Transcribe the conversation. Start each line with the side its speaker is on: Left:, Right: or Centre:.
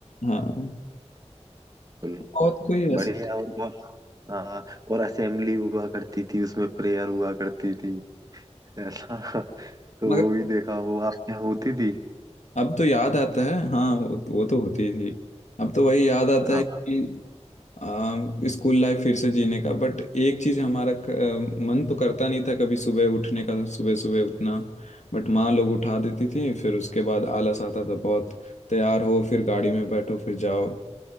Left: हाँ
Right: बिल्कुल
Left: और कोई ऐसे
Right: बढ़िया और बहुत हाँ और असेंबली हुआ करती थी उसमें प्रेयर हुआ करती थी ऐसा <laughs> तो
Left: मगर
Right: वो भी देखा वो आपके यहाँ होती थी
Left: अब तो याद आता है हाँ वो, वो तो होती ही थी अब तो वही याद आता
Right: हाँ
Left: है कि आ, स्कूल लाइफ फिर से जीने का बट एक चीज हमारा क- आ, मन तो करता नहीं था कभी सुबह उठने का सुबह सुबह उठना बट माँ लोग उठा देती थी फिर उसके बाद आलस आता था बहुत तैयार हो फिर गाड़ी में बैठो फिर जाओ